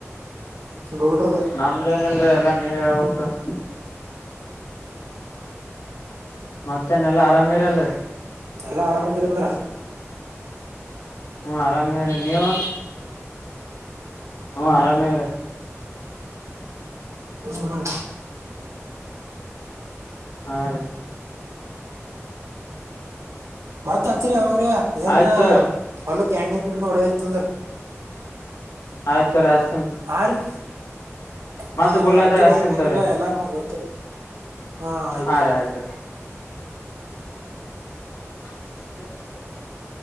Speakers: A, on the right; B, on the left.
A: ಗೌಡ್ರದ
B: ನಮ್ದೇನಲ್ರೀ ಎಲ್ಲ ನೀವೇ ಹೇಳ್ಬೇ ಕ ಮತ್ತೇನೆಲ್ಲಾ ಆರಾಮಿ ಎಂದ್ರಿ
A: ಎಲ್ಲಾ ಆರಾಮಂತರಂದ್ರ
B: ಹ್ಮ ಆರಾಮೇರೀ ನೀವು ಹ್ಮ ಆರಾಮೇ ಇ್ರ
A: ಹ್ಮ್ಮ್
B: ಹಾ ರೀ
A: ಮತ್ತತ್ ಅಚ್ಚರಿ ಅವಾಗ ಂದ್ರ
B: ಆಯ್ತು
A: ಹೊಲಕ್ಕೆ ಎಣ್ಣಿದ್ ಪಣ್ಣುಡತಂದ್ರೆ
B: ಆಯ್ತು ರ
A: ಆ ರೀ ಹ
B: ಮತ್ ಕುಲ್ಲದಾಗ
A: ಅಚ್ಚರಿ
B: ಹಸ್ತಿನ್
A: ಹಂಗನ್ಗ
B: ತವ್ರಿ
A: ಎಲ್ಲಾರಮಗ ಓದ್ತಿರ್ತಿ ಹಾ ಆಯ್ತರಿ
B: ರೀ ಆಯ್ತ್ರಿ <unintelligible>